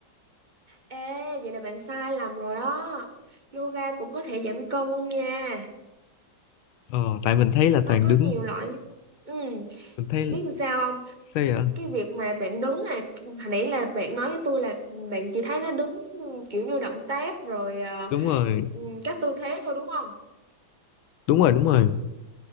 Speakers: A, on the right; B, on the left.
A: Ê, vậy là bạn sai lầm rồi á. Yoga cũng có thể giảm cân nha.
B: Ờ, tại mình thấy là
A: Nó
B: toàn
A: có
B: đứng,
A: nhiều loại. Ừ,
B: mình thấy
A: biết làm sao không?
B: sao vậy?
A: cái việc mà bạn đứng là hồi nãy là bạn nói với tôi là bạn chỉ thấy nó đứng kiểu như động tác rồi ờ,
B: Đúng rồi,
A: ừm, các tư thế thôi đúng không?
B: đúng rồi, đúng rồi.